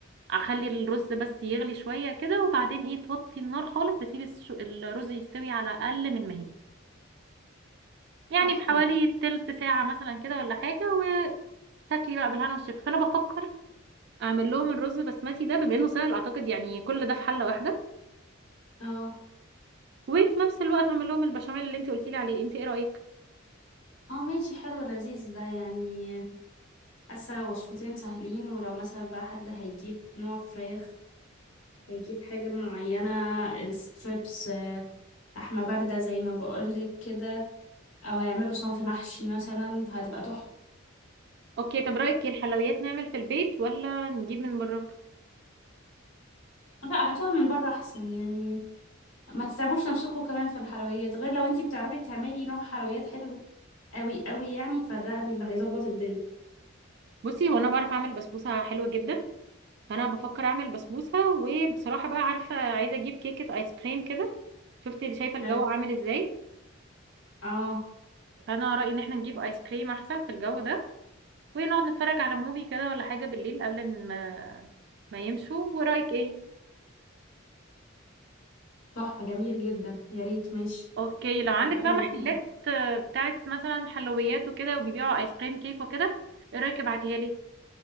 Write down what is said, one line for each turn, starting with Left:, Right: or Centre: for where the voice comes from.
Right: اخلي الرز بس يغلي شويه كده وبعدين ايه توطي النار خالص تسيبي الش- الرز يستوي على اقل من مهله يعني
Left: تحفة
Right: بحوالي
Left: دي.
Right: تلت ساعه مثلا كده ولا حاجه وتاكلي بقى بالهنا والشفا فانا بفكر اعمل لهم الرز بسمتي ده بما انه سهل اعتقد يعني كل ده في حله واحده
Left: اه
Right: وفي نفس الوقت اعمل لهم البشاميل اللي انت قلتي لي عليه انت ايه رايك
Left: اه ماشي حلو لذيذ ده يعني حاسة وصفتين سهلين ولو مثلا بقى حد هيجيب نوع فراخ هيجيب حاجة معينة ستريبس آه، لحمة باردة زي ما بقولك كده أو هيعملوا صنف محشي مثلا فهتبقى تحفة
Right: اوكي طب رايك إيه، الحلويات نعمل في البيت ولا نجيب من بره
Left: لا هاتوها من بره أحسن يعني ما تتعبوش نفسكم كمان في الحلويات غير لو انتي بتعرفي تعملي نوع حلويات حلو قوي قوي يعني فده اللي هيظبط الدنيا
Right: بصي هو انا بعرف اعمل بسبوسه حلوه جدا فانا بفكر اعمل بسبوسه وبصراحه بقى عارفه عايزه اجيب كيكه ايس كريم كده شفتي شايفه الجو
Left: حلو
Right: عامل ازاي
Left: اه
Right: فانا رايي ان احنا نجيب ايس كريم احسن في الجو ده ونقعد نتفرج على موفي كده ولا حاجه بالليل قبل ما ما يمشوا ورايك ايه
Left: تحفة جميل جدا يا ريت ماشي
Right: اوكي لو عندك
Left: تبقى
Right: بقى
Left: لذيذة
Right: محلات آه، بتاعت مثلا حلويات وكده وبيبيعوا ايس كريم كيك وكده ايه رايك ابعتيها لي